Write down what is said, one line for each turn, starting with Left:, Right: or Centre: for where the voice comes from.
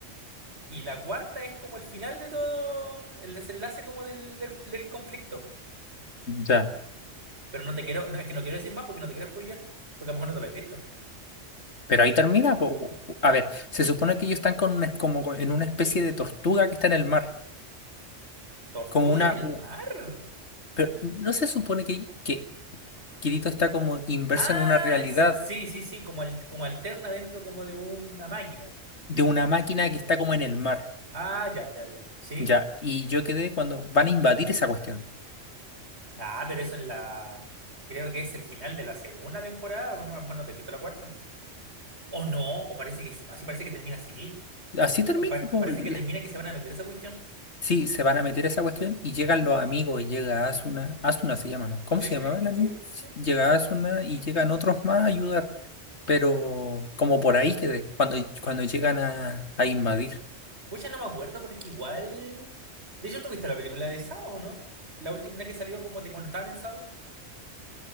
Right: Y la cuarta es como el final de todo, el desenlace como del, del, del conflicto.
Left: Ya.
Right: Pero no te quiero, no, es que no quiero decir más porque no te quiero spoilear, porque a lo mejor no te lo has visto.
Left: Pero ahí termina. po. A ver, se supone que ellos están con una- como con- en una especie de tortuga que está en el mar.
Right: ¿Tortuga
Left: Como una.
Right: en el
Left: u-
Right: mar?
Left: Pero no se supone que, que Kirito está como inverso
Right: Ah,
Left: en una realidad
Right: s- sí, sí, sí, como, al- como alterna dentro como de una máquina.
Left: de una máquina que está como en el mar.
Right: Ah, ya, ya, ya. Sí.
Left: Ya. Y yo quedé cuando van a invadir esa cuestión.
Right: Ah, pero eso es la... Creo que es el final de la segunda temporada. Bueno, a lo mejor no te he visto la cuarta. O no, o parece que sí. No, sí, parece que termina así.
Left: Así termina.
Right: Pa- pa-
Left: po.
Right: parece
Left: La-
Right: que termina que se van a meter esa cuestión.
Left: Sí, se van a meter a esa cuestión y llegan los amigos. y Llega Asuna. Asuna se llama, ¿no? ¿Cómo
Right: Sí,
Left: se
Right: sí,
Left: llamaba
Right: sí,
Left: la
Right: sí,
Left: amiga?
Right: sí.
Left: Llega Asuna y llegan otros más a ayudar. pero como por ahí que cuando, cuando llegan a, a invadir.
Right: Pucha, no me acuerdo porque igual... De hecho, tú viste la película de Sao, no? La última una que salió como de cuando estaban en Sao.